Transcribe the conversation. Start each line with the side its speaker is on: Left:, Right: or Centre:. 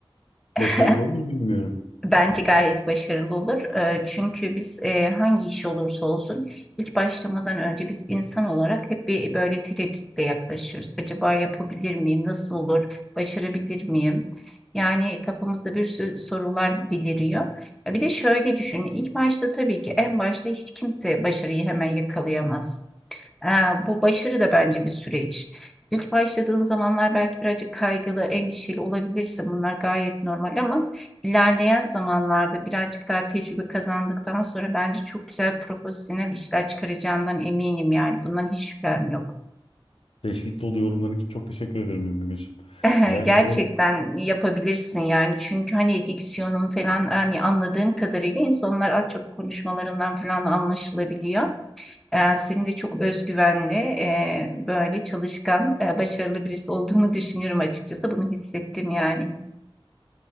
Left: başarılı
Centre: <laughs>
Left: olur bilmiyorum.
Centre: Bence gayet başarılı olur. Eee, Çünkü biz eee, hangi iş olursa olsun ilk başlamadan önce biz insan olarak hep bir böyle tereddütle yaklaşıyoruz. Acaba yapabilir miyim? Nasıl olur? Başarabilir miyim? Yani kafamızda bir sürü sorular beliriyor. Ya Bir de şöyle düşün. İlk başta tabii ki en başta hiç kimse başarıyı hemen yakalayamaz. Ee, bu başarı da bence bir süreç. İlk başladığın zamanlar belki birazcık kaygılı, endişeli olabilirsin. Bunlar gayet normal ama ilerleyen zamanlarda birazcık daha tecrübe kazandıktan sonra bence çok güzel profesyonel işler çıkaracağından eminim yani. Bundan hiç şüphem yok.
Left: Teşvik dolu yorumların için çok teşekkür ederim Ümmü Gülsüm.
Centre: <laughs>
Left: Ya
Centre: Gerçekten
Left: şey
Centre: yapabilirsin yani. Çünkü hani diksiyonun falan hani anladığım kadarıyla insanlar az çok konuşmalarından falan anlaşılabiliyor. Ee, Senin de çok özgüvenli, e, böyle çalışkan, e, başarılı birisi olduğunu düşünüyorum açıkçası. Bunu hissettim yani.